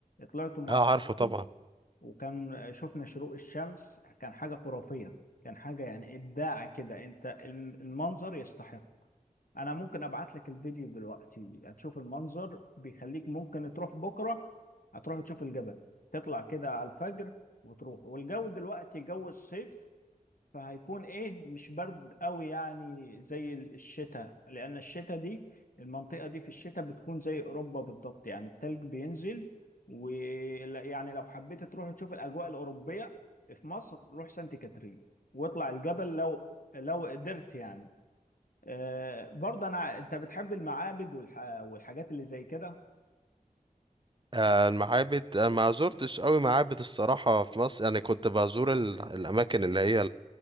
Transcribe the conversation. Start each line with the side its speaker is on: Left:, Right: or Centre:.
Left: طلعت مع
Right: اه
Left: اصحابي
Right: عارفه طبعا
Left: وكان شفنا شروق الشمس كان حاجة خرافية كان حاجة يعني إبداع كده أنت الم- المنظر يستحق أنا ممكن أبعت لك الفيديو دلوقتي هتشوف المنظر بيخليك ممكن تروح بكرة هتروح تشوف الجبل تطلع كده على الفجر وتروح والجو دلوقتي جو الصيف فهيكون ايه مش برد قوي يعني زي الشتاء لان الشتاء دي المنطقة دي في الشتاء بتكون زي اوروبا بالضبط يعني التلج بينزل ويعني لو حبيت تروح تشوف الاجواء الاوروبية في مصر روح سانت كاترين واطلع الجبل لو لو قدرت يعني آه برضه انا انت بتحب المعابد والح... والحاجات اللي زي كده
Right: آه، المعابد انا ما زرتش قوي معابد الصراحه في مصر يعني كنت بزور ال- الاماكن اللي هي